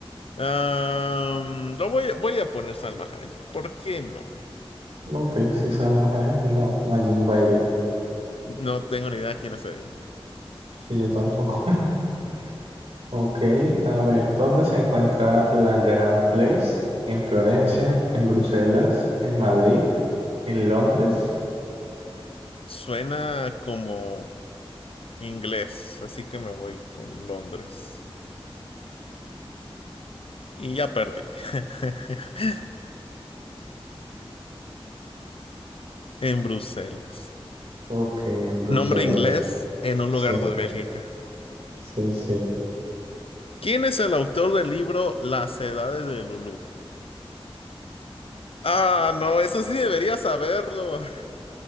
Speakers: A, on the left; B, on the right.
A: Am, lo voy, voy a poner Salma Hayek. ¿Por qué no?
B: Ok, si Salmo Hayek, no, Majin Bailey,
A: No tengo ni idea quién es ella.
B: sí, yo tampoco. <laughs> Ok, a ver, ¿dónde se encuentra la Grand Place? ¿En Florencia? ¿En Bruselas? ¿En Madrid? ¿En Londres?
A: Suena como inglés, así que me voy con Londres. Y ya perdí. <laughs> En Bruselas.
B: Ok, en Bruselas.
A: Nombre inglés en un
B: Sí,
A: lugar de Bélgica.
B: sí, sí.
A: ¿Quién es el autor del libro Las Edades de Lulú? Ah, no, eso sí debería saberlo. <laughs>